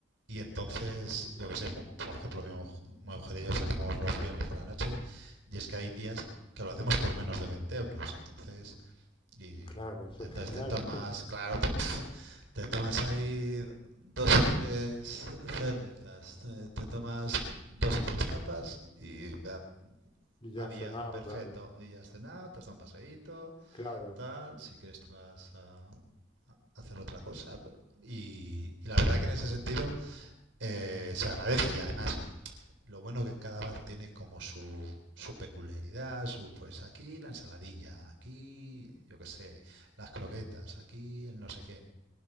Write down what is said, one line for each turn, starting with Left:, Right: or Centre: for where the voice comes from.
Right: y entonces, yo que sé, mu- por ejemplo, mi, muj- mi mujer y yo salimos los viernes por la noche y es que hay días que lo hacemos por menos de 20 euros. Entonces... Y
Left: Claro, eso
Right: entonces
Left: es genial.
Right: te tomas,
Left: <laughs>
Right: claro, te, <laughs> te tomas ahí dos o tres cervezas, te, te tomas dos o tres tapas y ya,
Left: Y ya
Right: aviado,
Left: has cenado,
Right: perfecto.
Left: claro,
Right: Y ya has cenado, te has dado un paseíto,
Left: claro.
Right: tal, si quieres te vas a hacer otra cosa. pero- y, y la verdad que en ese sentido eh, se agradece y además lo bueno que en cada bar tiene como su, su peculiaridad, su pues aquí la ensaladilla, aquí yo qué sé, las croquetas, aquí el no sé qué.